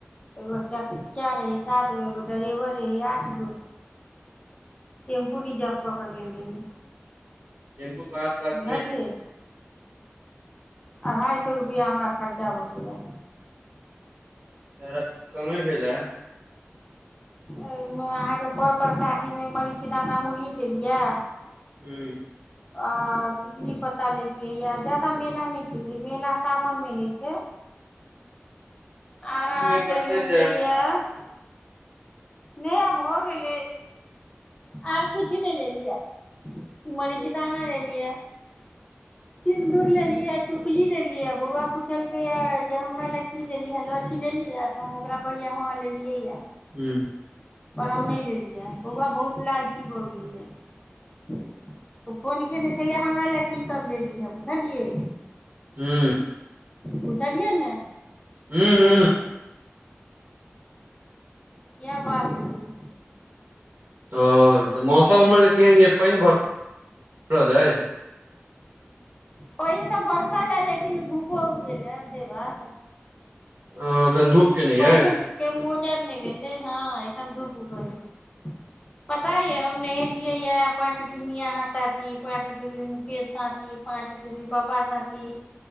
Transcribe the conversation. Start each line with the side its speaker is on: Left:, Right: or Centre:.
Left: एगो चचा रहै सात गो एगो ड्रेवर रहै आठ गो टेम्पू रिजर्व कऽ के गेल रहियै
Right: <unintelligible>
Left: बुझलियै अढ़ाइ सए रुपैआ हमरा खर्चा भऽ गेलै
Right: तऽ कमे भेलैय
Left: एहिमे अहाँके पर परसादी मे मरीच दाना मुरही लेलिये
Right: हू
Left: आ टिकली पत्ता लेलियैए ज्यदा मेला नहि छलै मेला सावन मे हेइ छै और अहाँ
Right: एक बार
Left: के
Right: चलि
Left: लेलियै
Right: जायब
Left: यए नहि आ भऽ गेलै आर किछ नहि लेलियै मरीच
Right: ओ
Left: दाना लेलियए सिन्दूर लेलियै टीकुली लेलियै बौआ पुछलकै ये जे हमरा ल की लेलिय हँ लहठी लेली हे तऽ हम ओकरा कहलियै हँ लेलियै यऽ
Right: हू
Left: पर हम नहि लेलियै बौआ बहुत लालची भऽ गेल ये फोन केने छलियै हमरा लए की सब लेलीहँ बुझलियै
Right: हू
Left: बुझलियै ने
Right: हू हू
Left: इएह बात अछि
Right: ओ तऽ मौसम उम्हर के केहन या पैनि भरल ऐय
Left: पैनि तऽ बरसल हे लेकिन धूपो उगल ये से बात
Right: ओ एखन धूप केने
Left: पानि
Right: अय
Left: के मोजर नय भेले हँ एखन धूप उगल ए पता या हम नहेलियै यऽ पाँंच डुमिया आहाँ साथी पांच डुबी मुकेश साथी पाँंच डुबी पापा साथी